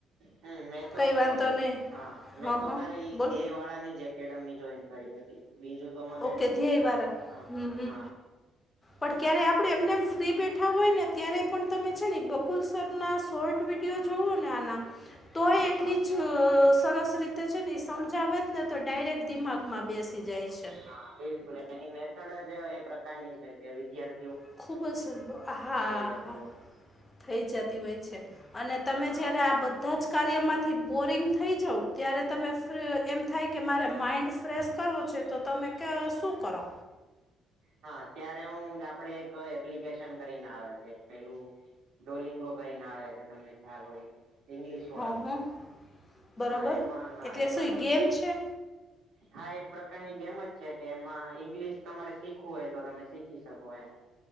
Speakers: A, on the right (about 80°); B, on the left (about 20°).
A: હમ્મ, મે તો
B: કંઈ વાંધો નહીં
A: હા,
B: હં
A: મે તો
B: હં
A: ખાલી
B: બોલ
A: ધ્યેય વાળાની જ એ કેળવડી જોઈન કરી હતી. બીજું તો મને
B: ઓકે, ધ્યેય વારા
A: હા
B: હમ્મ-હમ્મ
A: હા
B: પળ ક્યારે આપડે એમને એમ ફ્રી બેઠા હોય ને, ત્યારે પણ તમે છે ને બકુલ સરના સોર્ટ વિડિઓ જોવો ને આના. તોય
A: હા
B: એટલી
A: હા
B: જ અઅ સરસ રીતે છે ને એ સમજાવત ને, તો ડાયરેક્ટ દિમાગમાં બેસ તી જાય છે.
A: હા, બિલકુલ એની મેથડ જ અ કાની છે કે, વિદ્યાર્
B: <unintelligible> હા, હા.
A: જતી હોય
B: થઈ જતી ઓય છે. અને તમે
A: હા
B: જ્યારે આ બધ્ ધાં જ કાર્યમાંથી બોરિંગ થઈ જાઉ, ત્યારે તમે ફ્રીરર એમ થાય કે મારે માઇન્ડ ફ્રેસ કરવુ છે, તો તમે ક સું કરો?
A: હા, ત્યારે હું જ આપડે એક એપ્લિકેશન કરીને આવે છે પેલુ ડુલિંગો કયીને આવે છે, તમને ખ્યાલ ઓય. ઇંગ્લિસ વાળુ.
B: હં હં બરોબર
A: હા એમા, હા
B: એટલે
A: એમા
B: શું
A: તમે
B: ગેમ છે
A: હા, એક પ્રકારની ગેમ જ છે કે એમા ઈંગ્લિસ તમારે સીખવું ઓય, તો તમે સીખી સકો એમ.